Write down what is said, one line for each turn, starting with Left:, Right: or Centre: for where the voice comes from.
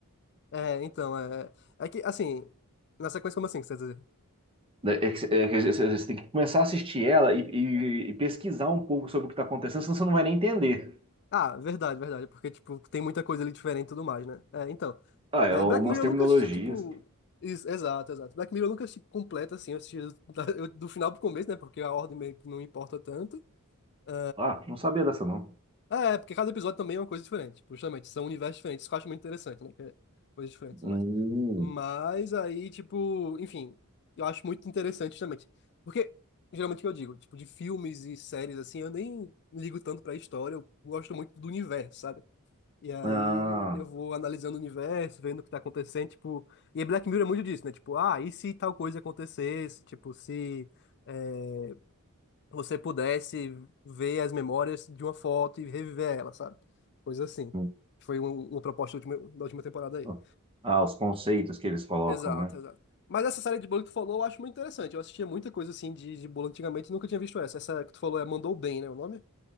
Left: É, então, é. É que, assim, na sequência, como assim, que você quer dizer?
Right: Da- é que- é que Você você tem que começar a assistir ela e, e- e pesquisar um pouco sobre o que está acontecendo, senão você não vai nem entender.
Left: Ah, verdade, verdade, porque, tipo, tem muita coisa ali diferente e tudo mais, né? É, então.
Right: Ah, é
Left: É,
Right: algumas
Left: Black Mirror
Right: terminologias.
Left: eu nunca assisti, tipo. ex- Exato, exato. Black Mirror eu nunca assisti completo, assim, eu assisti da- eu- <laughs> do final pro começo, né? Porque a ordem meio que não importa tanto. É,
Right: Ah, não sabia dessa não.
Left: Ah, é, porque cada episódio também é uma coisa diferente. tipo, Justamente, são universos diferentes, isso que eu acho muito interessante, né? Que é coisas diferentes e
Right: Hum,
Left: tudo mais. Mas aí, tipo, enfim, eu acho muito interessante justamente. Porque, geralmente, o que eu digo, tipo, de filmes e séries, assim, eu nem ligo tanto pra história, eu gosto muito do universo, sabe? E aí
Right: ah,
Left: eu vou analisando o universo, vendo o que tá acontecendo, tipo. E Black Mirror é muito disso, né? Tipo, ah, e se tal coisa acontecesse? Tipo, se. eh, você pudesse ver as memórias de uma foto e reviver ela, sabe? Coisa assim.
Right: hum.
Left: Foi um- uma proposta da última, da última temporada aí.
Right: ah, ah, os conceitos que eles colocam,
Left: Exato,
Right: né?
Left: exato. Mas essa série de bolo que tu falou, eu acho muito interessante. Eu assistia muita coisa assim de, de bolo antigamente e nunca tinha visto essa. Essa que tu falou é Mandou Bem, né? O nome?